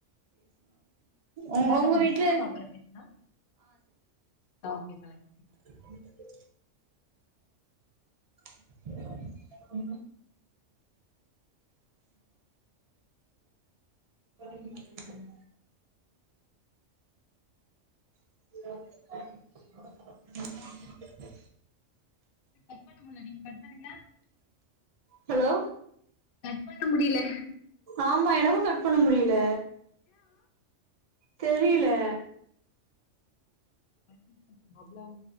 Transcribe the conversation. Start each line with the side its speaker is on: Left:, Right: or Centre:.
Right: உங்
Left: வேல
Right: உங்க
Left: வந்துச்சுணா
Right: வீட்ல
Left: அப்பறம் பேசலாம் okay bye
Right: inaudible unintelligible inaudible
Left: cut பண்ண முடியல நீங்க கட் பண்ணுங்க
Right: ஹலோ
Left: கட் பண்ண முடியல
Right: ஆமா எனக்கும் கட் பண்ண முடியல தெரியல
Left: நெட்ஒர்க் சம் ப்ராப்ளம்